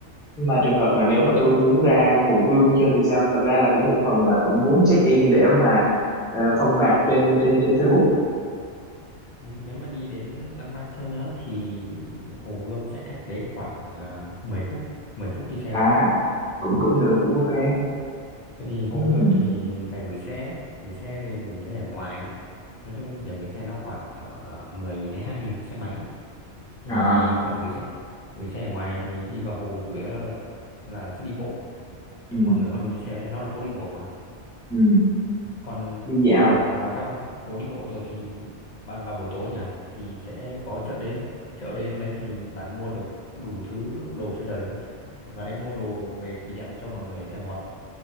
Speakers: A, in the centre; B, on the left.
A: Nhưng mà trường hợp mà nếu mà tôi muốn ra Hồ Gươm chơi thì sao? Thật ra là cũng một phần là cũng muốn check in để mà ờ, phong bạc trên trên trên Facebook.
B: Nhưng nếu mà đi đến Lăng Bác Chương nhá thì Hồ Gươm sẽ cách đấy khoảng à, 10 phút 10 phút đi xe
A: À,
B: thôi ừ.
A: cũng cũng được, cũng ok.
B: thế thì Hồ
A: Ừ.
B: Gươm thì phải gửi xe gửi xe thì gửi xe ở ngoài nói chung điểm gửi xe nó khoảng uh, 10.000 đến 20.000 một xe máy thì
A: À,
B: bạn gửi xe gửi xe ở ngoài thì đi vào hồ chủ yếu là, là sẽ đi bộ
A: ừ.
B: nhưng mọi người không được đi xe đấy nó là phố đi bộ mà
A: Ừ.
B: còn
A: Đi
B: khi
A: dạo.
B: mà bạn vào trong phố đi bộ rồi thì bạn vào buổi tối nhỉ thì sẽ có chợ đêm chợ đêm trong đấy thì bạn mua được đủ thứ đồ chơi đời luôn và đấy mua đồ về kỷ niệm cho mọi người ở Sài Gòn